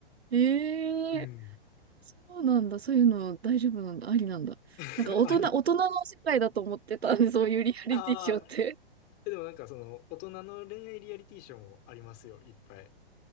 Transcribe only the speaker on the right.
ええ
そうなんだ。そういうの大丈夫なんだ。ありなんだ。
なんか大人、
大人の世界だと思ってたんで、そういうリアリティショーって。